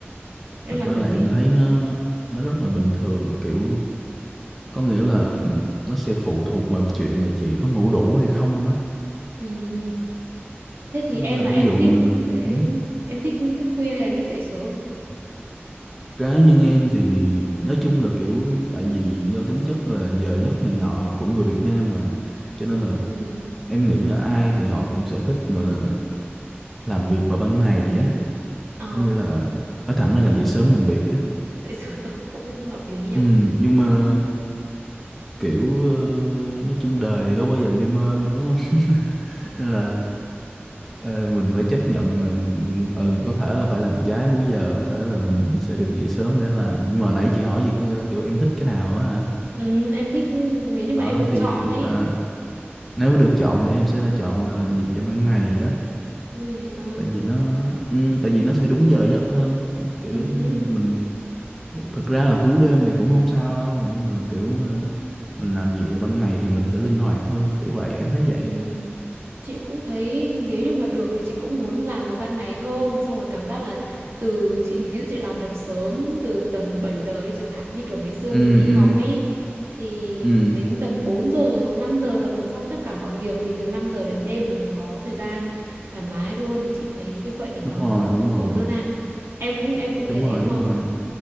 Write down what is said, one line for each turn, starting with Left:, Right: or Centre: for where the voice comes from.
Right: em
Centre: thực
Right: làm
Centre: ra
Right: kiểu
Centre: là
Right: gì
Centre: em thấy nó nó rất là bình thường kiểu có nghĩa là nó sẽ phụ thuộc vào chuyện là chị có ngủ đủ hay không á.
Right: ừ. thế thì
Centre: Có
Right: em
Centre: nghĩa là
Right: là em
Centre: ví dụ
Right: thích
Centre: mà
Right: ấy,
Centre: ừ,
Right: em thích thức khuya hay em thích dậy sớm
Centre: cá nhân em thì nói chung là kiểu tại vì do tính chất là giờ giấc này nọ của người Việt Nam mà cho nên là
Right: ừ.
Centre: em nghĩ là ai thì họ cũng sẽ thích gọi là làm việc vào ban ngày á,
Right: ờ
Centre: có nghĩa là nói thẳng ra là dậy sớm làm việc á.
Right: dậy sớm <laughs> cũng hợp lý nhỉ
Centre: Ừ, nhưng mà kiểu ờ, nói chung đời thì đâu bao giờ như mơ đâu đúng không <laughs> nên là ờ, mình phải chấp nhận là ừ có thể là phải làm trái múi giờ có thể là mình sẽ được dậy sớm để làm nhưng mà nãy chị hỏi gì có nghĩa là kiểu em thích cái nào á hả
Right: Ừ, em thích nếu như mà
Centre: ờ
Right: em được
Centre: thì
Right: chọn ấy
Centre: à, nếu mà được chọn thì em sẽ là chọn là làm việc vào ban ngày đó
Right: Ban ngày ờ
Centre: tại vì nó ừ, tại vì nó sẽ đúng giờ giấc hơn kiểu
Right: ừ hứ,
Centre: mình thực ra là cứu đêm thì cũng không sao đâu nhưng mà kiểu ờ, mình làm việc vào ban ngày thì mình sẽ linh hoạt hơn kiểu
Right: ừ.
Centre: vậy em thấy vậy
Right: ừ. Chị cũng thấy nếu như mà được thì chị cũng muốn làm vào ban ngày hơn xong rồi cảm giác là từ chị ví dụ chị làm được sớm từ tầm 7 giờ đi chẳng hạn như kiểu ngày xưa
Centre: ừ
Right: mình đi
Centre: ừ
Right: học ấy thì
Centre: ừ
Right: đến tầm 4 giờ 5 giờ là mình xong tất cả mọi việc thì từ 5 giờ đến đêm là mình có thời gian thoải mái luôn thì chị thấy như vậy nó
Centre: đúng rồi đúng rồi
Right: ổn hơn à em cũng em cũng thấy
Centre: đúng
Right: thế
Centre: rồi
Right: đúng
Centre: đúng
Right: không
Centre: rồi